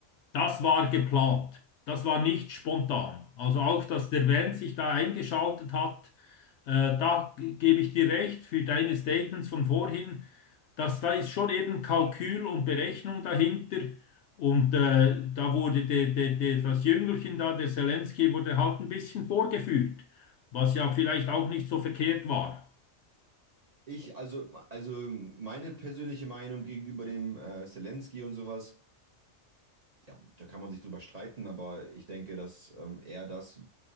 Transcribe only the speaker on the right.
Ich, also, also meine persönliche Meinung gegenüber dem äh, Zelensky und sowas. ja, da kann man sich drüber streiten, aber ich denke, dass ähm, er das,